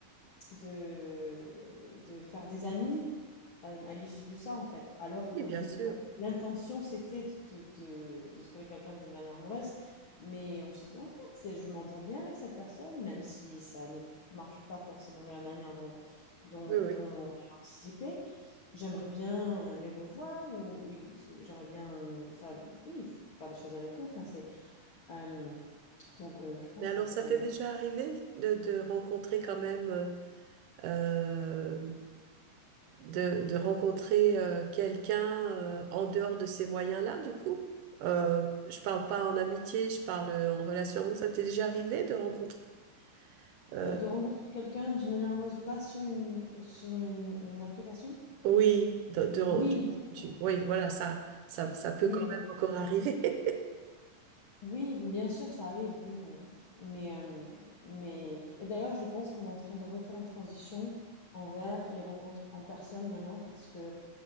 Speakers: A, on the left; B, on the right.
A: de, de faire des amis euh, à l'issue de ça, en fait. Alors
B: oui
A: qu'au
B: bien
A: début,
B: sûr
A: on- l'intention, c'était de, de- de trouver quelqu'un d'une manière amoureuse, mais on se dit, en fait, c'est- je m'entends bien avec cette personne, même si ça ne f- marche pas forcément de la manière dont, dont,
B: oui oui
A: dont on aurait anticipé. J'aimerais bien les revoir, ou, ou ils- j'aimerais bien euh, faire, oui, faire des choses avec eux. Enfin, c'est, euh, donc, euh, je pense
B: mais alors
A: que c'est...
B: ça t'est déjà arrivé de, de rencontrer quand même euh, de, de rencontrer euh, quelqu'un euh, en dehors de ces moyens-là, du coup? Euh, je parle pas en amitié, je parle euh, en relation amoureuse. Ça t'est déjà arrivé de rencontrer? euh,
A: Euh, De rencontrer quelqu'un d'une manière amoureuse, pas sur une, sur une, une application?
B: oui, de, de-
A: Oui,
B: du-
A: bien sûr.
B: du- oui, voilà, ça, ça, ça peut
A: Oui,
B: quand
A: bien
B: même
A: sûr.
B: encore arriver. <laughs>
A: Oui, bien sûr, ça arrive, oui, non. Mais, euh, mais... Et d'ailleurs, je pense qu'on est en train de refaire une transition envers les rencontres en personne maintenant parce que,